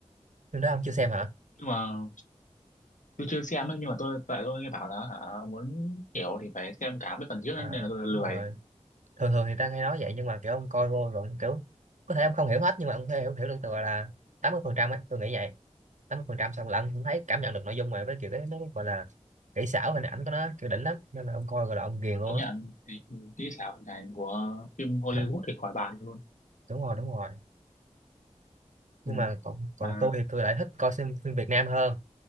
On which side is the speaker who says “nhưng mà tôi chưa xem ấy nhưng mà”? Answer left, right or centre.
Left